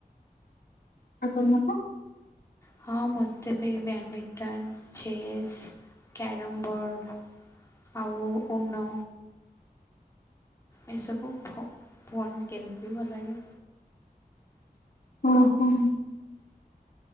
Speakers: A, on the left; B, on the left.
A: ଆଉ ତମକୁ?
B: ହଁ ମୋତେ ବି ବ୍ୟାଡ଼ମିଣ୍ଟନ, ଚେସ୍, କ୍ୟାରମ୍ ବୋର୍ଡ଼ ଆଉ ଓନୋ ଏସବୁ ଫ ଫୋନ୍ ଗେମ୍ ବି ଭଲ ଲାଗେ।
A: ହଁ ହଁ।